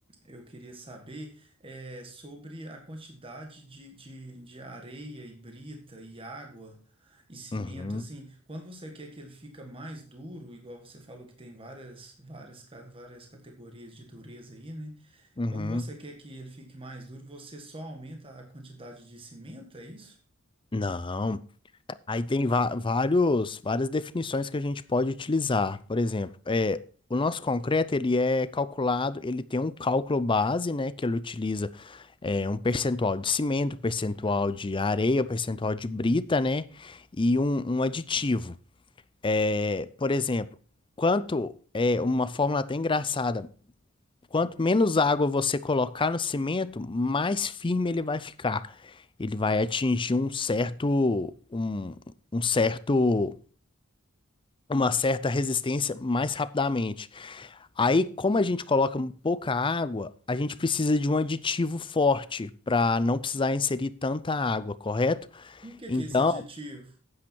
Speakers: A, on the right; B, on the left.
A: eu queria saber é sobre a quantidade de, de, de areia e brita e água e cimento,
B: uhum,
A: assim, quando você quer que ele fica mais duro, igual você falou que tem várias, várias, ca- várias categorias de dureza aí, né?
B: uhum.
A: Quando você quer que ele fique mais duro, você só aumenta a quantidade de cimento, é isso?
B: Não. Aí tem va- vários, várias definições que a gente pode utilizar. Por exemplo, é, o nosso concreto ele é calculado, ele tem um cálculo base, né, que ele utiliza é, um percentual de cimento, percentual de areia, percentual de brita, né, e um, um aditivo. É, por exemplo, quanto é uma fórmula até engraçada. Quanto menos água você colocar no cimento, mais firme ele vai ficar. Ele vai atingir um certo, um, um certo, uma certa resistência mais rapidamente. Aí, como a gente coloca pouca água, a gente precisa de um aditivo forte para não precisar inserir tanta água, correto?
A: E o que
B: Então,
A: que é esse aditivo?